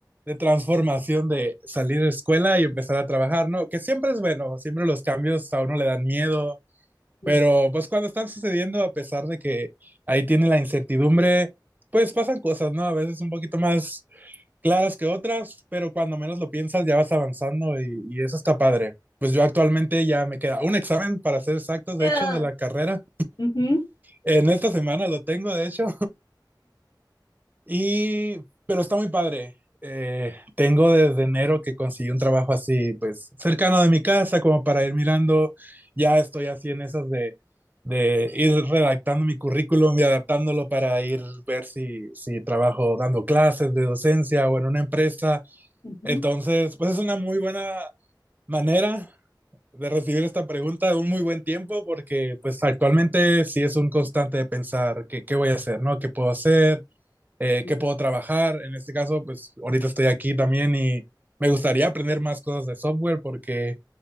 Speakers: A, on the right; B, on the left.
A: de transformación de salir de escuela y empezar a trabajar, ¿no? Que siempre es bueno, siempre los cambios a uno le dan miedo,
B: ujú,
A: Pero pues cuando están sucediendo, a pesar de que ahí tiene la incertidumbre, pues pasan cosas, ¿no? A veces un poquito más claras que otras, pero cuando menos lo piensas ya vas avanzando y, y eso está padre. Pues yo actualmente ya me queda un examen para ser exactos, de
B: Ah,
A: hecho, de la carrera.
B: ujú,
A: En esta semana lo tengo, de hecho, y, pero está muy padre. Eh, tengo desde enero que conseguí un trabajo así, pues cercano de mi casa, como para ir mirando. Ya estoy así en esas de, de ir redactando mi currículum y adaptándolo para ir ver si, si trabajo dando clases de docencia o en una empresa.
B: ujú,
A: Entonces, pues es una muy buena manera de recibir esta pregunta un muy buen tiempo porque pues actualmente sí es un constante de pensar que qué voy a hacer, ¿no? ¿Qué puedo hacer? eh,
B: sí,
A: qué puedo trabajar. En este caso, pues ahorita estoy aquí también y me gustaría aprender más cosas de software porque,